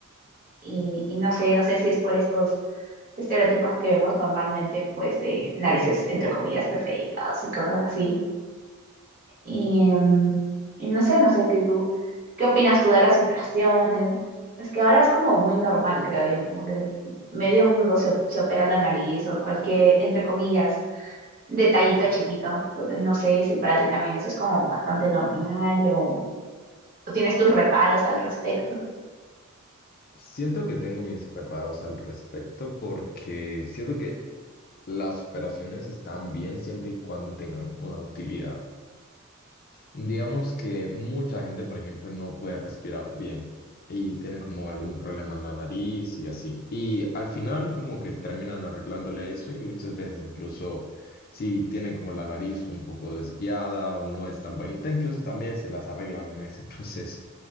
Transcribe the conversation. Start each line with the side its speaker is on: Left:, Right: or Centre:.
Right: Y, y no sé, no sé si es por estos estereotipos que vemos normalmente, pues de narices entre comillas perfectas y cosas así. Y, mm, y no sé, no sé qué tú, qué opinas tú de las operaciones. Es que ahora es como muy normal, creo yo, como que medio mundo se, op- se opera la nariz o cualquier, entre comillas, detallito chiquito. Entonces no sé si para ti también eso es como bastante normal o, o tienes tus reparos al respecto.
Left: Siento que tengo mis reparos al respecto porque siento que las operaciones están bien siempre y cuando tengan una utilidad. Digamos que mucha gente, por ejemplo, no puede respirar bien y tiene como algún problema en la nariz y así. Y al final como que terminan arreglándole eso y muchas veces incluso si tienen como la nariz un poco desviada o no es tan bonita, incluso también se las arreglan en ese <laughs> proceso.